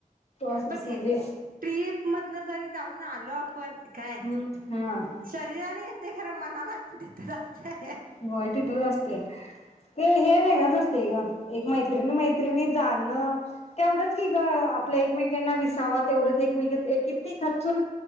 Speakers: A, on the left; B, on the right.
A: असतीस
B: बघ की
A: म्हणजे
B: ट्रीप मधन जरी जाऊन आलो, आपण काय
A: हम्म हा
B: शरीराने येतेय खर मनान अजून तितच असतंय.
A: होय तिथंच असते ते हे वेगळंच असते ग एक मैत्रिणी मैत्रिणी जाणं तेवढंच की ग आपल्या एकमेकांना विसावा तेवढंच एकमेक किती खचून